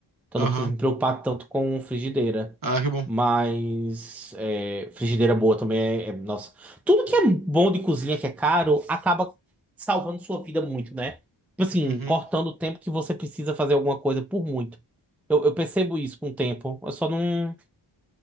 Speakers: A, in the centre; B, on the right (about 45°).
A: Então
B: Aham.
A: não preciso me preocupar tanto com frigideira.
B: Ah, que bom.
A: Mas é, frigideira boa também é, é- Nossa. Tudo que é bom de cozinha, que é caro, acaba salvando sua vida muito, né? Tipo assim,
B: Uhum.
A: cortando o tempo que você precisa fazer alguma coisa por muito. Eu, eu percebo isso com o tempo. Eu só não.